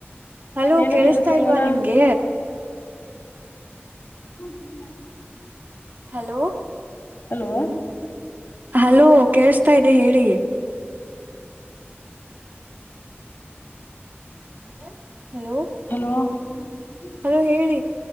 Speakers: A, on the right (about 45°); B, on the left (about 50°).
A: ಹಲೋ
B: ಏನು
A: ಕೇಳಿಸ್ತಾ
B: ಕೆಲ್ಸ ಇಲ್ವಲಾ
A: ಇಲ್ವಾ ನಿಮ್ಗೆ
B: ಹ
A: ಹಲೋ
B: ಹಲೋ
A: ಹಲೋ ಕೇಳ್ಸ್ತಾಇದೆ ಹೇಳಿ <inaudible> ಹಲೋ
B: ಹಲೋ <unintelligible>
A: ಹಲೋ ಹೇಳಿ